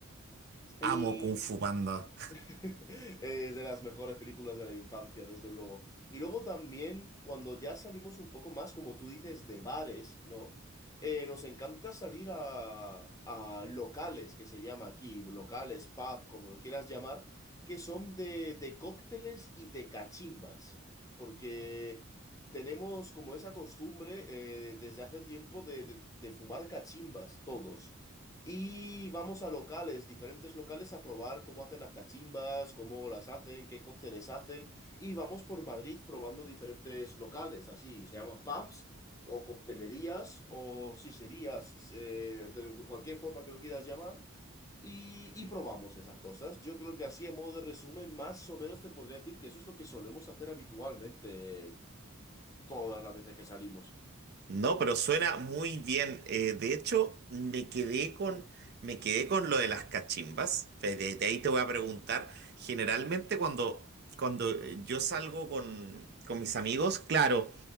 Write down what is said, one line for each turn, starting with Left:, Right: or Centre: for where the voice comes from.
Left: Y
Right: amo Kung Fu Panda.
Left: <laughs> Es de las mejores películas de la infancia, desde luego. Y luego también, cuando ya salimos un poco más, como tú dices, de bares, ¿no? Eh, nos encanta salir a, a locales, que se llama aquí, locales, pub, como lo quieras llamar, que son de, de cócteles y de cachimbas. Porque tenemos como esa costumbre eh, desde hace tiempo de, de de fumar cachimbas, todos. Y vamos a locales, diferentes locales, a probar cómo hacen las cachimbas, cómo las hacen, qué cócteles hacen. Y vamos por Madrid probando diferentes locales, así, se llaman pubs, o coctelerías, o siserías, eh, de, de cualquier forma que lo quieras llamar. Y, y probamos esas cosas. Yo creo que así, a modo de resumen, más o menos te podría decir que eso es lo que solemos hacer habitualmente todas las veces que salimos.
Right: No, pero suena muy bien. Eh, de hecho, me quedé con, me quedé con lo de las cachimbas. Fe- De, de ahí te voy a preguntar. Generalmente cuando, cuando eh, yo salgo con, con mis amigos, claro,